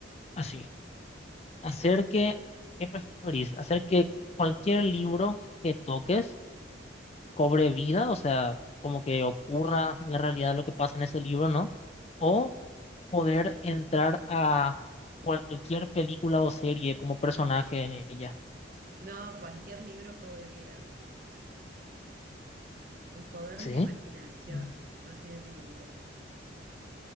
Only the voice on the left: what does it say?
así, hacer que, ¿qué preferís? Hacer que cualquier libro que toques cobre vida, o sea, como que ocurra en la realidad lo que pasa en ese libro, ¿no? O poder entrar a cualquier película o serie como personaje en ella.
Sí.
Mm,